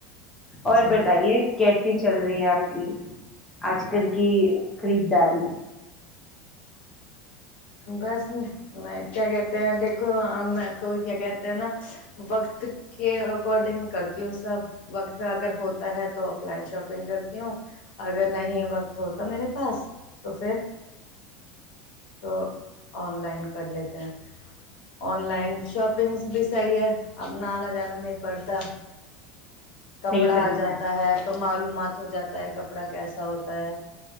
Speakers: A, in the centre; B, on the left.
A: اور
B: جی
A: بتائیے کیسے چل رہی ہے آپ کی آج کل کی خریداری
B: بس میں کیا کہتے ہیں دیکھو میں تو کیا کہتے ہیں نا وقت کے اکارڈنگ کرتی ہوں سب وقت اگر ہوتا ہے تو آف لائن شاپ کرتی ہوں اگر نہیں وقت تو ہوتا میرے پاس تو پھر تو آن لائن کر لیتے ہیں آن لائن شاپنگ بھی صحیح ہے اپنا آنا جانا نہیں پڑتا
A: صحیح
B: کپڑا
A: فرمایا
B: آ جاتا ہے تو معلومات ہو جاتا ہے کپڑا کیسا ہوتا ہے